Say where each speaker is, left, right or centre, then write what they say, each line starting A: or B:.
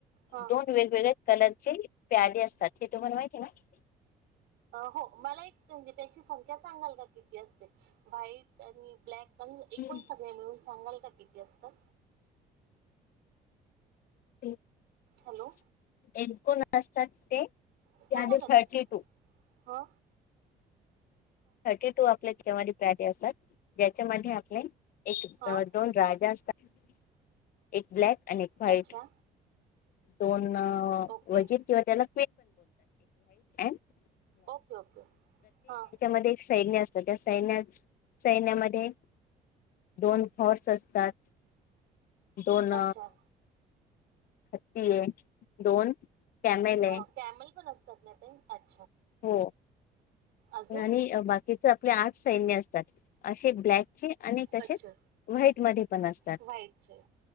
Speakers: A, on the right; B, on the left.
A: ह
B: दोन वेगवेगळ्या कलर प्यादे असतात हे तुम्हाला माहिती आहे ना.
A: हो मला एक म्हणजे त्याची संख्या सांगाल का किती असते व्हाईट आणि ब्लॅक. एकूण
B: ना?
A: सगळे मिळून सांगाल का? किती असतात.
B: <inaudible>
A: हॅलो
B: <unintelligible> <unintelligible>
A: सांगा
B: प्यादे
A: ना
B: थर्टी
A: ते
B: टू
A: हो.
B: <unintelligible> असात ज्याच्यामध्ये आपले एक
A: ह
B: दोन राजा असतात एक ब्लॅक एक व्हाईट.
A: अच्छा
B: दोन
A: ओके
B: वजीर किंवा त्याला <unintelligible>
A: ओके ओके हा
B: त्यात एक साईड असतात त्या साईड सैन्यामध्ये दोन फॉर्स असतात. दोन
A: अच्छा
B: हत्ती आहे. दोन कॅमेल
A: हो
B: आहे
A: कॅमल पण असत <unintelligible>
B: हो
A: अजून
B: आणि बाकीच आपले आर्टस सैन्य असतात अशे ब्लॅक आणि तसे
A: अच्छा
B: व्हाईट मध्ये पण असतात.
A: व्हाईटचे